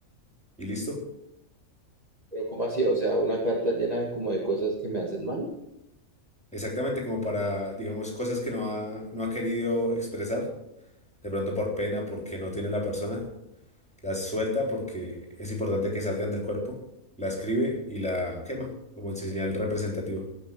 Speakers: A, in the centre; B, on the right.
A: Y listo.
B: Pero ¿cómo así? O sea, una carta llena de como de cosas que me hacen mal.
A: Exactamente como para, digamos, cosas que no ha, no ha querido expresar, de pronto por pena, porque no tiene la persona. las suelta porque es importante que salgan del cuerpo, la escribe y la quema como en señal representativa